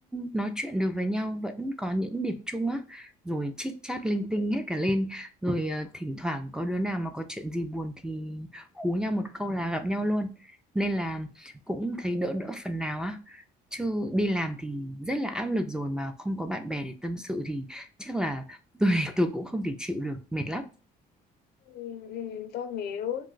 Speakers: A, in the centre; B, on the left.
A: nói chuyện được với nhau vẫn có những điểm chung á rồi chit chat linh tinh
B: ừ.
A: hết cả lên rồi ờ, thỉnh thoảng có đứa nào mà có chuyện gì buồn thì hú nhau một câu là gặp nhau luôn nên là cũng thấy đỡ đỡ phần nào á chứ đi làm thì rất là áp lực rồi mà không có bạn bè để tâm sự thì chắc là <laughs> tôi tôi cũng không thể chịu được mệt lắm
B: Ừ, ừ, tôi hiểu